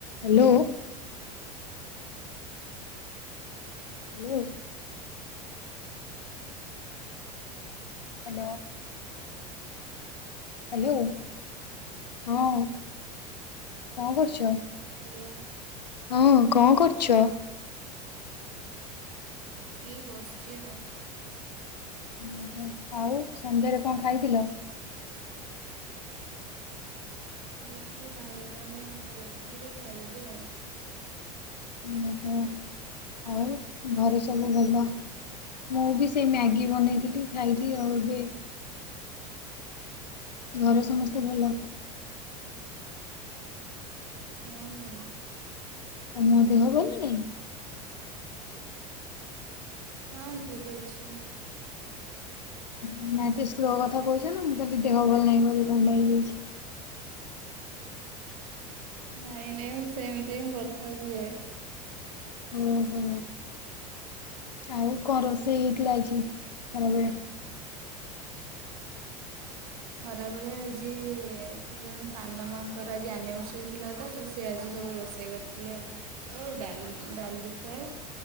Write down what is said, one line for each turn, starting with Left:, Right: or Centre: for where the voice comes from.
Left: Hello. Hello. Hello. Hello ହଁ କଣ କରୁଛ?
Right: ହ୍ୟାଲୋ।
Left: ହଁ କଣ କରୁଛ?
Right: ଏଇ ବସିଛି ଆଉ।
Left: ଓ ହୋ ଆଉ ସନ୍ଧ୍ୟାରେ କଣ ଖାଇଥିଲ?
Right: ଏଇ ଟିକେ ଭାଇ ହେରିକା ପାଇଁ ଇପି କରିଥିଲି ଟିକେ ଖାଇଦେଲି ଆଉ।
Left: ଓହୋ ଆଉ ଘରେ
Right: ଆଉ ତମେ?
Left: ସବୁ ଭଲ? ମୁଁ ବି ସେଇ ମ୍ୟାଗି ବନେଇଥିଲି। ଖାଇଲି
Right: ହୁଁ
Left: ଆଉ ଏବେ ଘରେ ସମସ୍ତେ ଭଲ?
Right: ହଁ ଭଲ।
Left: ତମ ଦେହ ଭଲ ନାଇଁ?
Right: ହଁ ଠିକ୍ ଅଛି।
Left: ହୁଁ ଏତେ ସ୍ଲୋ କଥା କହୁଛ ନା ମୁଁ ଖାଲି ଦେହ ଭଲ ନାହିଁ ବୋଧେ ଥଣ୍ଡା ହେଇଯାଇଛି।
Right: ନାଇଁ ନାଇଁ ମୁଁ ସେମିତି ହିଁ କଥା ହୁଏ।
Left: ଓ ହୋ। ଆଉ କଣ ରୋଷେଇ ହେଇଥିଲା ଆଜି ଖରାବେଳେ?
Right: ଖରାବେଳେ ଆଜି ଜଣେ ସାନ ମାମୁଁ ଙ୍କର ଆଜି ଆନିଭର୍ସରୀ ତ ଥିଲା ତ ସି ଆଜି ସବୁ ରୋଷେଇ କରିଥିଲେ ଭାତ ଡାଲି ଡାଲି ଫ୍ରାଏ